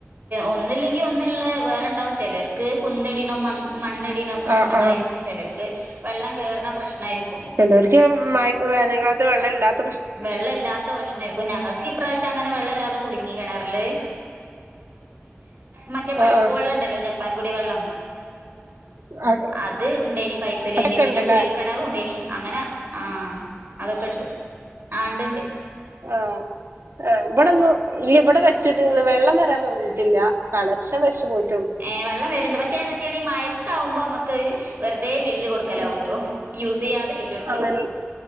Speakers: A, on the right; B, on the right.
A: ഒന്നില്ലെങ്കിൽ ഒന്ന്ള്ളെ വേറെണ്ടാവും ചെലർക്ക് കുന്നി മ മണ്ണിടിന പ്രശ്നങ്ങനായിരിക്കും
B: ആഹ് ആഹ്
A: ചിലർക്ക് വെള്ളം കയറുന്ന പ്രശ്നായിരിക്കും
B: ചെല്ലവർക്കും മ വേനൽക്കാലത്ത് വെള്ളം മില്ലാത്ത
A: വെള്ളല്ലാത്ത പ്രശ്നമായിരിക്കും ഞങ്ങൾക്ക് ഇപ്രാവശ്യം അങ്ങനെ വെള്ളമല്ലാതെ കുടിക്ക കിണറിലു മറ്റേ പൈപ്പ്
B: ആഹ്
A: വെള്ളം ഉണ്ടല്ലോ ജപ്പാൻ ജപ്പാൻകുടി വെള്ളം
B: ആഹ്
A: അത് ഉണ്ടേനി പൈപ്പിലേന്
B: അതൊക്കെ
A: പിന്നെ
B: ഉണ്ടല്ലേ
A: കുയൽ കിണറും ഉണ്ടേനി അങ്ങനെ ആഹ് അതൊക്കെ ഇട്ടു ആ ഇണ്ടണ്ട്
B: ആഹ ആ ഇവിടെന്നും ഇല്ല ഇവിടെ വെച്ചിട്ടുണ്ട് വെള്ളം വരാൻ തുടങ്ങീട്ടില്ല <unintelligible> വെച്ചു പോയിട്ട
A: ഏ വെള്ളം വരുണ്ട് പക്ഷേ നോക്കിയാണെങ്കിൽ മയത്താവുമ്പോ നമ്മുക്ക് വെറുതെ ബില്ല് കൊടുക്കലാവട്ടോ
B: ഉം
A: യൂസ് ചെയ്യാതെ ബില്ല കൊടുക്കണം
B: അങ്ങനെ